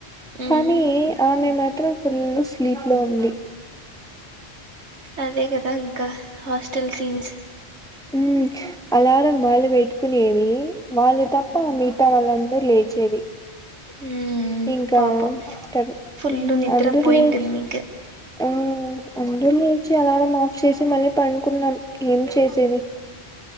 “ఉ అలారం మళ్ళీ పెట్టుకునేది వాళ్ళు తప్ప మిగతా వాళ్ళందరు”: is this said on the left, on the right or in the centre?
Centre